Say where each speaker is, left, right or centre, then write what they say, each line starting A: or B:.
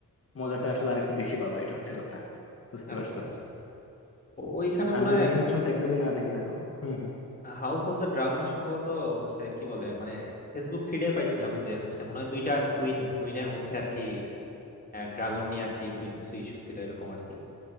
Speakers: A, on the left; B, on the left.
A: মজাটা আসলে আরেকটু বেশি পাবা এটা হচ্ছে কথা বুঝতে
B: আচ্ছা
A: পারছো
B: আচ্ছা ও- ওইখানে
A: আর
B: মনে
A: যদি
B: হয়
A: গেম অফ থ্রোনস একদমই না দেখে থাকো হুম
B: হাউস অফ দ্য ড্রাগনের সম্ভবত হচ্ছে কি বলে মানে ফেসবুক ফিডে পাইছিলাম যে হচ্ছে মনে হয় দুইটা কুইন কুইনের মধ্যে আর কি ড্রাগন নিয়ে আর কি বি- কিছু ইস্যু ছিল এরকম আর কি